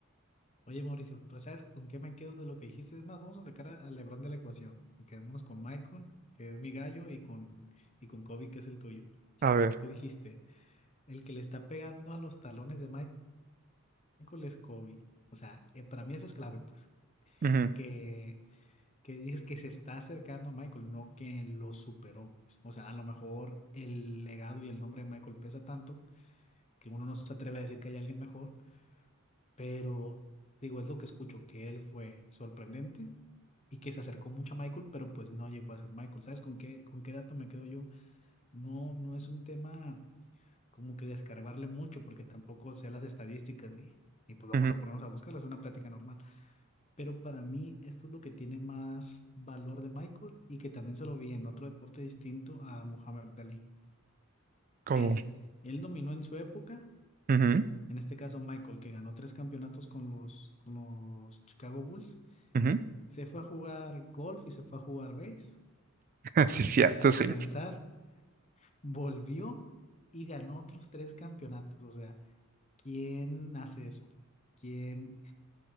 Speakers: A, on the left; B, on the right.
A: Oye, Mauricio, pues ¿sabes con qué me quedo de lo que dijiste? Es más, vamos a sacar a, a LeBron de la ecuación y quedémonos con Michael, que es mi gallo, y con, y con Kobe, que es el tuyo.
B: A ver.
A: Tú dijiste, el que le está pegando a los talones de Michael es Kobe. O sea, eh, para mí eso es clave, pues.
B: Ujú,
A: Que, que dices que se está acercando a Michael, no que lo superó. O sea, a lo mejor el legado y el nombre de Michael pesa tanto que uno no se atreve a decir que hay alguien mejor, pero digo, es lo que escucho, que él fue sorprendente y que se acercó mucho a Michael, pero pues no llegó a ser Michael. ¿Sabes con qué, con qué dato me quedo yo? No, no es un tema como que descargarle mucho, porque tampoco sé las estadísticas ni, ni pues vamos
B: ujú,
A: a ponernos a buscarlas, es una plática normal. Pero para mí esto es lo que tiene más valor de Michael y que también se lo vi en otro deporte distinto a Muhammad Ali,
B: como,
A: que es, él dominó en su época,
B: ujú,
A: en este caso Michael, que ganó tres campeonatos con los, con los Chicago Bulls,
B: ujú.
A: se fue a jugar golf y se fue a jugar base,
B: <laughs> Sí, cierto,
A: eh, a descansar,
B: sí.
A: volvió y ganó otros tres campeonatos. O sea, ¿quién hace eso? ¿Quién,